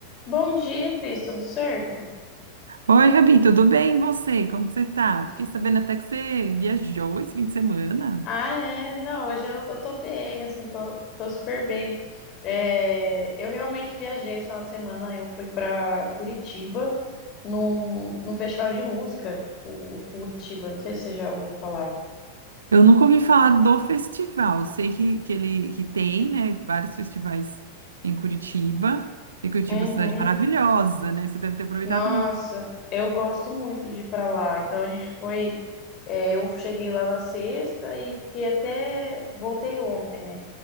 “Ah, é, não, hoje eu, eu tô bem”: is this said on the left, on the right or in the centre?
Left